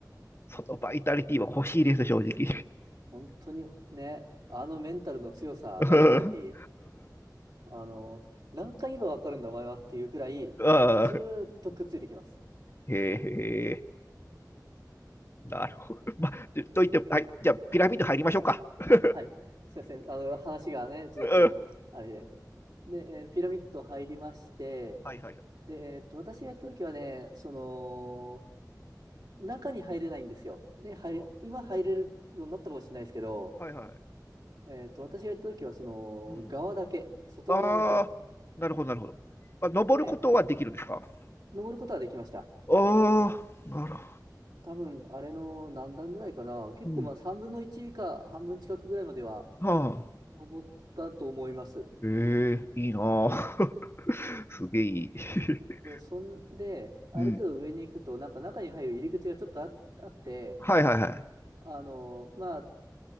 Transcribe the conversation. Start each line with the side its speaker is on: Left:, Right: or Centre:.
Left: そのバイタリティは欲しいです、正直。
Right: 本当にね、あのメンタルの強さ、
Left: <laughs>
Right: バイタリティ、あの、何回言えばわかるんだお前はっていうぐらい、
Left: ああ、
Right: ずーっとくっついてきます。
Left: へえ、なるほど。まあ、といっても、はい、じゃあ、ピラミッド入りましょうか。<laughs> <laughs>
Right: あ、はい。すいません。あの、話がね、ずっと、
Left: うん
Right: あれで。で、えーピラミッド入りまして、
Left: はいはいはい。
Right: で、えーと、私が行った時はね、その、中に入れないんですよ。ね、
Left: あ
Right: 入れ、今入れるようになったかもしれないですけど、
Left: はいはい。
Right: えーと、私が行った時は、その、
Left: うん。
Right: 側だけ、外側だけ
Left: ああ、なるほど、なるほど。まあ、登ることはできるんですか
Right: で、登ることはできました。
Left: ああ、なるほ
Right: 多分、あれの何段ぐらいかな。結構まあ3分の1下半分近くぐらいまでは
Left: ど。うん。はあ。
Right: 登ったと思います。
Left: ええいいなあ。<laughs> すげえいい。<laughs>
Right: で、そんで、ある程度上に行くと、
Left: うん。
Right: なんか中に入る入り口がちょっとあ、あって、
Left: はいはいはい。
Right: あの、まあ、